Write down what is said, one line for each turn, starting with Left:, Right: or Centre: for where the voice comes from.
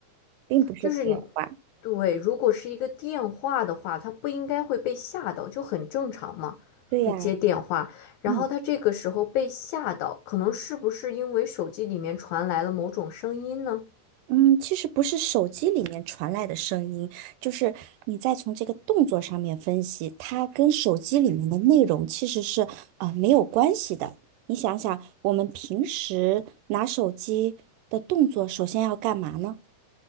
Right: 并不是电话。
Left: 就是你对，如果是一个电话的话，他不应该会被吓到，就很正常嘛，
Right: 对呀，
Left: 会接电话。然后他这个时候被吓到，
Right: 嗯。
Left: 可能是不是因为手机里面传来了某种声音呢？
Right: 嗯，其实不是手机里面传来的声音，就是你再从这个动作上面分析，它跟手机里面的内容其实是啊、呃没有关系的。你想想，我们平时拿手机的动作，首先要干嘛呢？